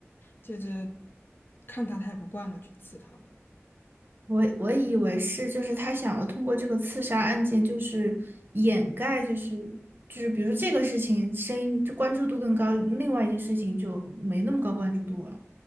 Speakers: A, on the left (about 45°); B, on the right (about 45°).
A: 这这这看他太不惯了去刺他吗？
B: 我我以为是，就是他想要通过这个刺杀案件，就是掩盖，就是就是比如说这个事情，声音就关注度更高，另外一件事情就没那么高关注度了。